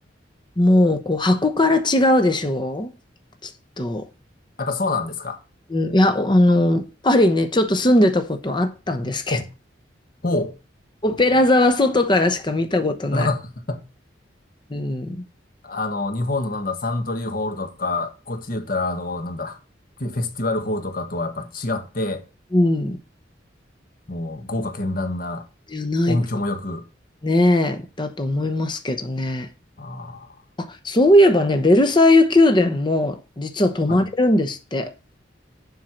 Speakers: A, on the left; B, on the left.
A: もう、こう、箱から違うでしょうきっと。
B: やっぱそうなんですか。
A: うん、いや、あの、パリね、ちょっと住んでたことあったんですけど。
B: お、ほ
A: オペラ座は外からしか見たことない。
B: う。<laughs>
A: うん。
B: あの、日本のなんだ、サントリーホールとか、こっちで言ったら、あの、なんだ、フェフェスティバルホールとかとはやっぱ違って、
A: うん。
B: もう豪華絢爛な
A: じゃないか
B: 音響も良く、
A: ね。だと思いますけどね。
B: ああ、
A: あ、そういえばね、ベルサイユ宮殿も実は泊まれるんですって。
B: はい。